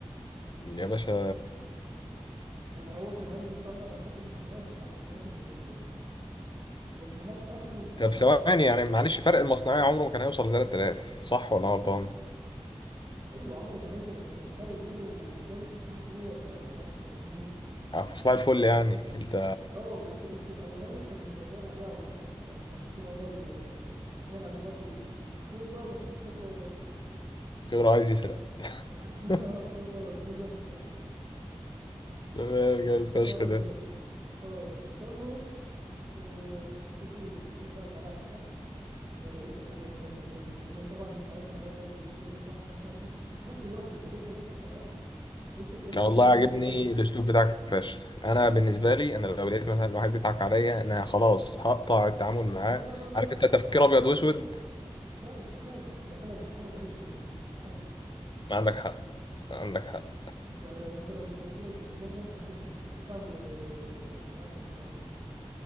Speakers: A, on the left; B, on the right.
A: يا باشا
B: يعني هو كان عايز يطلع فرق المصنعيه في الحاجه الخامات اللي كان هيجيبها والخامات اصلا اللي كان
A: طب
B: هيجيبها
A: ثواني
B: كان
A: يعني معلش فرق المصنعية عمره ما كان هيوصل ل 3000 صح ولا أنا غلطان؟
B: ايوه عمره ما كان هيوصل انت كان فرق بينه والتاني 500 جنيه ولا مش عارف 700 جنيه
A: آه، في صباح الفل يعني أنت
B: اه بس بس الاولاني كان باين عليه على الله حكايته يعني فعشان كده هو اللي كان باين عليه برضو خبره بس خبره
A: كبر عايز يسرق
B: <laughs>
A: <laughs>
B: خبره خبره بيستعبط
A: تمام جامد فشخ
B: انا
A: ده
B: صح اه فالمهم آه، خليته قلت له بقى تعالى يا عم الحاج انا لقيت الحاجه بكذا بكذا بكذا وطبعا انت عارف ان انا د- الدنيا صعبه ومش عارف ايه برضو الواحد بيبقى ليه طريقه في التعامل بحيث ان انت
A: أنا والله
B: برضو
A: عاجبني
B: ما تقفش
A: الأسلوب بتاعك فشخ أنا بالنسبة لي أنا لو لقيت مثلا واحد بيضحك عليا أنا خلاص هقطع التعامل معاه
B: لا لا لا لا
A: عارف
B: لا لا
A: أنت
B: لا
A: تفكير أبيض وأسود
B: لا استحالة استحالة استحالة تعيش كده استحالة
A: ما عندك حق عندك حق
B: استحالة انت لو بتفكيرك بالنظام ده انت هتتعب هتتعب و- واللي معاك هيتعبوا يعني